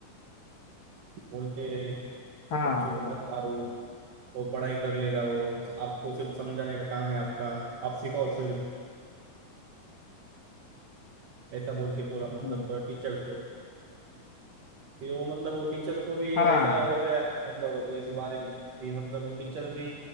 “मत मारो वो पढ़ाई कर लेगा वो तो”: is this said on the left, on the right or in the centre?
Right